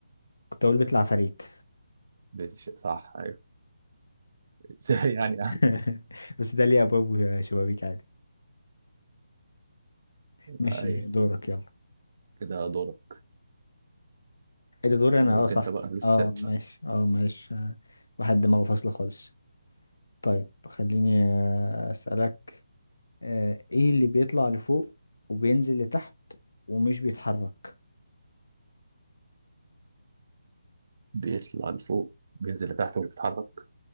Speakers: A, on the left; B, on the right.
A: كنت اقول بيت العفاريت
B: بيت الش... صح أيوه <laughs> ازاي يعني
A: <laughs> بس ده ليه ابواب وشبابيك عادي ماشي
B: أيوه
A: دورك يلا
B: كده دورك
A: ايه ده دوري
B: دورك
A: انا اه صح
B: أنت بقى لسه
A: اه
B: سابق
A: ماشي اه ماشي آه، واحد دماغه فاصلة خالص طيب خليني آه، اسالك آه، ايه اللي بيطلع لفوق وبينزل لتحت ومش بيتحرك
B: بيطلع لفوق بينزل لتحت ومش بيتحرك